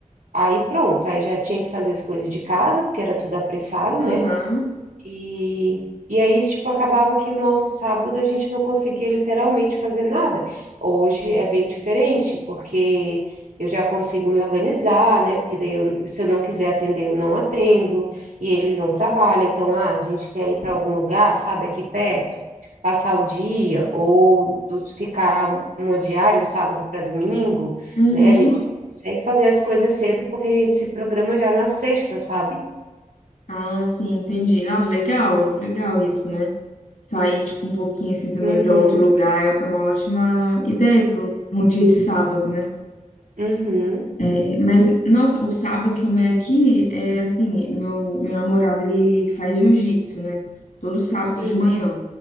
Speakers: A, on the right; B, on the left.
A: Aí pronto, aí já tinha que fazer as coisas de casa, porque era tudo apressado, né?
B: Aham,
A: E, e aí, tipo, acabava que o nosso sábado a gente não conseguia literalmente fazer nada. Hoje é bem diferente, porque eu já consigo me organizar, né? Porque daí, eu, se eu não quiser atender, eu não atendo, e ele não trabalha. Então, ah, a gente quer ir para algum lugar, sabe, aqui perto, passar o dia, ou do- ficar um- uma diária, um sábado para domingo,
B: uhum.
A: né? A gente já consegue fazer as coisas cedo, porque a gente se programa já na sexta, sabe?
B: Ah, sim, entendi. Não, legal, legal isso, né? Sair, tipo, um pouquinho assim também
A: Uhum,
B: pra outro lugar é é uma ótima ideia pro pra um dia de sábado, né?
A: uhum.
B: É, Mas, nossa, o sábado também aqui é assim, meu, meu namorado, ele faz jiu-jitsu, né? Todo sábado
A: Sim.
B: de manhã.